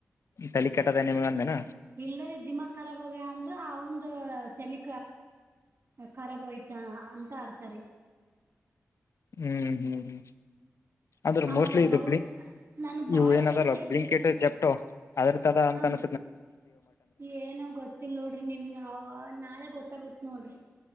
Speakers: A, on the left; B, on the right.
A: ತ ಕೆಟ್ಟದನೆ ನಿಮಗ
B: ಇಲ್ಲರಿ ದಿಮಾಕ್ ಖರಾಬಹೋಗಯ ಅಂದ್ರ ಅವಂದ ತೇಲಿ ಖರಾಬ್ ಹೋಯ್ತಾ ಅಂತ ಅರ್ತಾರೆ
A: ಹ್ಮ್ ಹ್ಮ್ ಹ್ಮ ಅಂದ್ರೆ
B: ಅಮರ
A: ಮೋಸ್ಟ್ಲಿ ಇದು
B: ಬೌತ್ ನನ್ ಬಾಳ್
A: ಇವು ಏನ
B: ಕೆಲ್ಸ
A: ಅದಲ್ಲ
B: ಇದ್ದವ್ರೀ
A: ಬ್ಲಿಂಕೆಟ್ ಜೆಪ್ಟೋ ಅದ್ರ ತದ
B: ಹಾ
A: ಅಂತ ಅನ್
B: ಏನೋ ಗೊತ್ತಿಲ್ಲ ನೋಡ್ರಿ ನಿಮ್ಗೆ ಅವ ನಾಳೆ ಗೊತ್ತಾಗತ್ ನೋಡ್ರಿ